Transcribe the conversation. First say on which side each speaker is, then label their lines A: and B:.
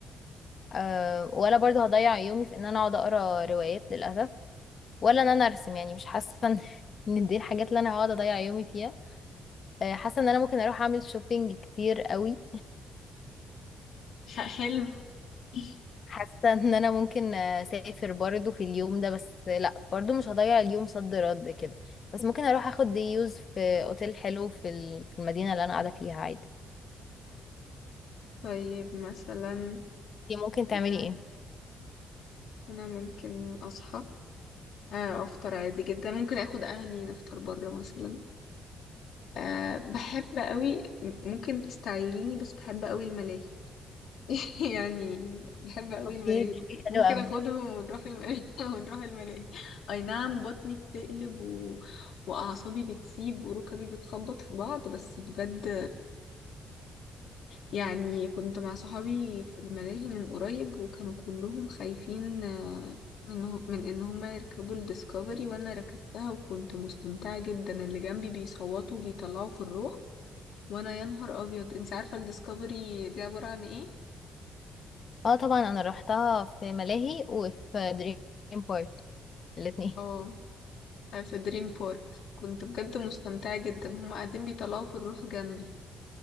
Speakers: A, on the left; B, on the left.
A: آه ولا برضو هضيع يومي في ان انا اقعد اقرا روايات للاسف ولا ان انا ارسم يعني مش حاسه ان <laughs> إن دي الحاجات اللي انا هقعد اضيع يومي فيها آه حاسه ان انا ممكن اروح اعمل شوبينج كتير قوي
B: ح- حلو <laughs>
A: حاسه ان انا ممكن اسافر برضو في اليوم ده بس لا برضو مش هضيع اليوم صد رد كده بس ممكن اروح اخد ديوز في اوتيل حلو في ال- في المدينه اللي انا قاعده فيها عادي
B: طيب مثلا
A: دي ممكن تعملي
B: آه،
A: ايه
B: انا ممكن اصحى آه، افطر عادي جدا ممكن اخد اهلي نفطر بره مثلا أه بحب قوي ممكن تستعيليني بس بحب قوي الملاهي <laughs> يعني بحب قوي
A: اوكي
B: الملاهي
A: دي حاجة
B: ممكن
A: حلوة قوي
B: اخدهم ونروح الملاهي <laughs> ونروح الملاهي اي نعم بطني بتقلب و... واعصابي بتسيب وركبي بتخبط في بعض بس بجد يعني كنت مع صحابي في الملاهي من قريب وكانوا كلهم خايفين آه، من من ان هما يركبوا الديسكفري وانا ركبتها وكنت مستمتعة جدا اللي جنبي بيصوتوا بيطلعوا في الروح وانا يا نهار ابيض انت عارفة الديسكفري دي عبارة عن ايه
A: اه طبعا انا روحتها في ملاهي وفي دريم بارك الاتنين
B: اه في دريم بارك كنت بجد مستمتعة جدا هما قاعدين بيطلعوا في الروح جنبي